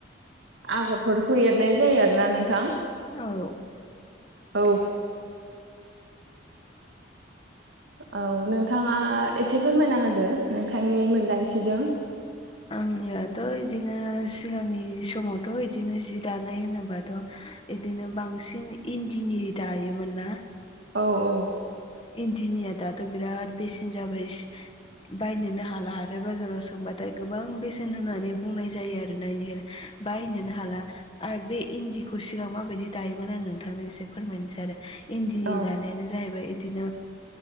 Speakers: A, on the right; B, on the left.
A: आगरफोरखौ एरनाय जायो आरोना नोंथां।
B: औ।
A: औ। औ नोंथाङा एसे फोरमायना होदो नोंथांनि मोनदांथिजों।
B: आंनियाथ' इदिनो सिगांनि समावथ' इदिनो जि दानाय होनोबाथ' इदिनो बांसिन इन्दिनि दायोमोन ना ।
A: औ औ।
B: इन्दिनिया दाथ' बिराद बेसेन जाबाय बायनोनो हाला आरो बाजाराव सोंबाथाय गोबां बेसेन होननानै बुंनाय जायो आरोना इनिखायनो बायनोनो हाला आरो बे इन्दिखौ सिगां माबायदि दायोमोन आं नोंथांनो एसे फोरमायनोसै आरो। इन्दि
A: औ
B: दानायानो जाहैबाय बिदिनो